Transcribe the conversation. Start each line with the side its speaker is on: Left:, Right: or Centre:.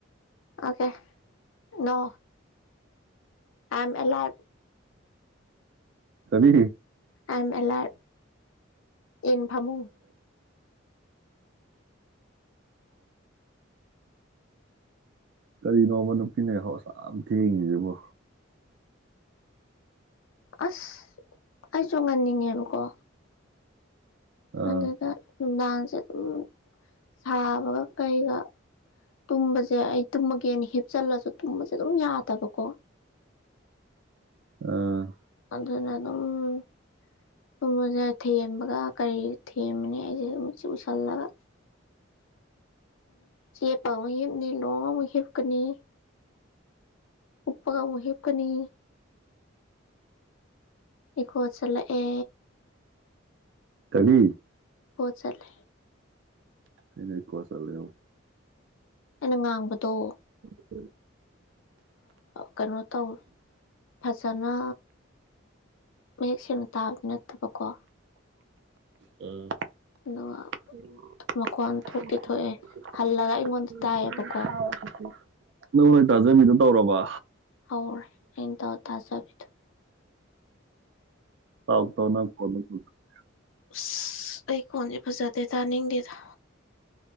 Left: ꯑꯣꯀꯦ ꯅꯣ ꯑꯦꯝ ꯑꯦꯂꯥ
Right: ꯀꯕꯤ
Left: ꯑꯥꯏ ꯑꯦꯂꯥ ꯏꯟ ꯐꯃꯨꯡ
Right: ꯀꯔꯤꯅꯣꯕ ꯅꯨꯄꯤꯅꯦꯍꯣꯁꯥ ꯌꯥꯝ ꯊꯦꯡꯉꯤꯁꯤꯕꯣ
Left: ꯑꯁ ꯑꯩꯁꯨ ꯉꯟꯅꯤꯡꯉꯦꯕꯀꯣ
Right: ꯑꯥ
Left: ꯑꯗꯨꯗ ꯅꯨꯡꯗꯥꯡꯁꯦ ꯑꯗꯨꯝ ꯁꯥꯕꯒ ꯀꯩꯒ ꯇꯨꯝꯕꯁꯦ ꯑꯩ ꯇꯨꯝꯃꯒꯦꯅ ꯍꯤꯞꯆꯜꯂꯁꯨ ꯇꯨꯝꯕꯁꯦ ꯑꯗꯨꯝ ꯌꯥꯗꯕꯀꯣ
Right: ꯑꯝ
Left: ꯑꯗꯨꯅ ꯑꯗꯨꯝꯨꯝꯁꯦ ꯊꯦꯝꯕꯒ ꯀꯔꯤ ꯊꯦꯝꯕꯅꯤ ꯑꯩꯁꯦ ꯑꯗꯨꯝꯁꯤ ꯎꯁꯜꯂꯒ ꯆ ꯄꯥꯉ ꯂ ꯨ ꯀꯅꯤ ꯎꯞꯒ ꯃꯨꯍꯤꯦꯞ ꯀꯅꯤ ꯀ ꯆꯂꯛꯦ
Right: ꯀꯔꯤ
Left: ꯆꯠꯂꯦ
Right: ꯑꯩꯅ ꯏꯀꯋꯥꯁꯂ
Left: ꯏꯉ ꯃꯇꯗꯣ
Right: ꯎꯝ
Left: ꯀꯩꯅꯣ ꯇꯧ ꯐꯖꯅ ꯃꯌꯦꯛ ꯁꯦꯡꯅ ꯇꯥꯕꯗꯤ ꯅꯠꯇꯕꯀꯣ
Right: ꯎꯝ
Left: ꯑꯗꯨꯒ
Right: <unintelligible>
Left: ꯃꯈꯣꯟ ꯊꯣꯛꯇꯤ ꯊꯣꯛꯑꯦ ꯍꯜꯂꯒ ꯑꯩꯉꯣꯟꯗ ꯇꯥꯏꯌꯦꯕꯀꯣ
Right: ꯇꯥꯖꯟꯕꯤꯗꫭ ꯇꯧꯔꯕ
Left: ꯇꯧꯔꯦ <unintelligible> ꯇꯖꯥꯕꯤꯗꫭ
Right: <unintelligible>
Left: ꯑꯁ ꯑꯩ ꯈꫭꯟꯁꯦ ꯐꯖꯗꯦ ꯇꯥꯅꯤꯡꯗꯦꯗ